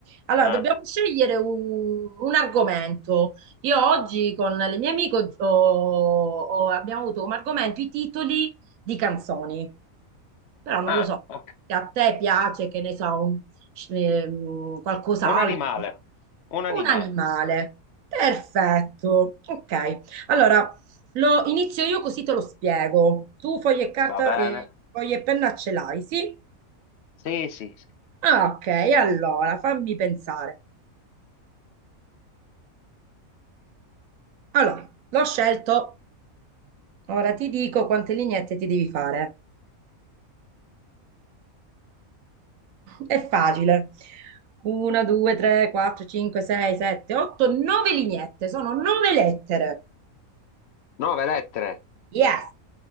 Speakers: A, on the right; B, on the left.
A: Allora,
B: Ah,
A: dobbiamo scegliere un, un argomento. Io oggi con le mie amiche ho- ho- abbiamo avuto come argomento i titoli di canzoni. Però non
B: ah,
A: lo so,
B: ok.
A: se a te piace, che ne so, un- ehm, qualcos'altro.
B: Un animale. Un
A: Un
B: animale.
A: animale. Perfetto. Ok. Allora, lo inizio io così te lo spiego. Tu foglie e carta,
B: Va bene.
A: eh, foglie e penna ce l'hai, sì?
B: Sì, sì, sì.
A: Ah, ok, allora fammi pensare. Allora, l'ho scelto. Ora ti dico quante lineette ti devi fare. È facile. 1, 2, 3, 4, 5, 6, 7, 8, 9 lineette. Sono 9 lettere.
B: Nove lettere.
A: Yes,